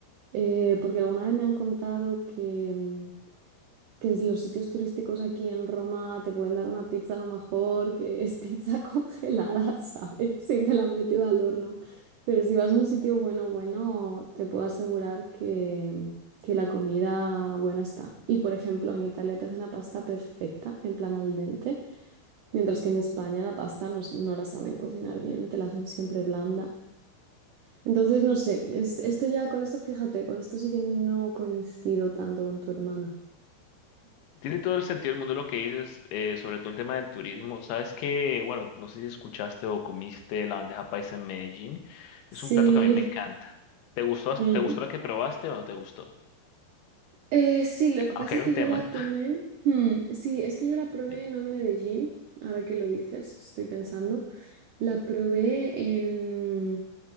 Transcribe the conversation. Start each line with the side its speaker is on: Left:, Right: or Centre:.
Right: eh, porque alguna vez me han contado que mm, que es los sitios turísticos aquí en Roma te pueden dar una pizza a lo mejor que es <laughs> pizza congelada, ¿sabes? Si te la han metido al horno. Pero si vas a un sitio bueno, bueno, te puedo asegurar que, que la comida buena está. Y por ejemplo, en Italia te hacen la pasta perfecta, en plan al dente, mientras que en España la pasta no, s- no la saben cocinar bien, te la hacen siempre blanda. Entonces, no sé, es- esto ya, con esto fíjate, con esto sí que no coincido tanto con tu hermana.
Left: Tiene todo el sentido del mundo lo que dices, eh, sobre todo el tema del turismo. Sabes que, bueno, no sé si escuchaste o comiste la bandeja paisa en Medellín.
Right: Sí.
Left: Es un plato que a mí me encanta. ¿Te gustó,
Right: ujú.
Left: te gustó la que probaste o no te gustó?
Right: Eh, sí, lo que
Left: Aunque
Right: pasa
Left: hay
Right: es
Left: un
Right: que
Left: tema.
Right: yo la tomé. hmm, sí, es que yo
Left: <laughs>
Right: la probé no en Medellín, ahora que lo dices, estoy pensando. La probé en,